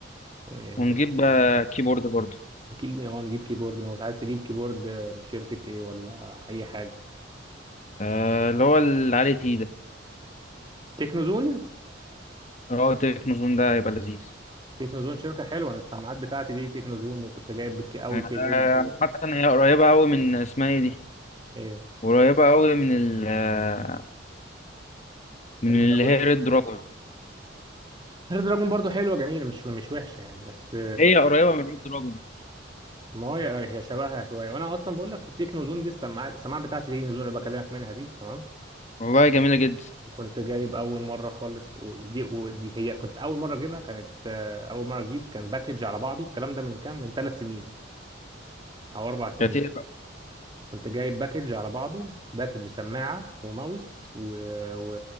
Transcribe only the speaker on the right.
يعني
تبقى يعني
وكي- اه نجيب كيبورد ماوس عايز تجيب كيبورد من شركة ايه ولا اي حاجة
تكنوزون
تكنوزون شركة حلوة انا السماعات بتاعتي دي تكنوزون وكنت جايب الك- اول
كيبورد
ايه
ريد
دراجون
ريد دراجون برضه حلوة جميلة مش مش وحشة يعني بس
ما هو هي هي شبهها شويه وانا اصلا بقول لك التكنو زون دي السماعه السماعه بتاعتي دي التكنو زون اللي بكلمك منها دي تمام
وكنت جايب اول مره خالص ودي ودي هي كنت اول مره اجيبها كانت آه، اول مره اجيب كان باكج على بعضه الكلام ده من كام من ثلاث سنين او اربع سنين
كنت جايب باكج على بعضه باكج سماعه وماوس و... و...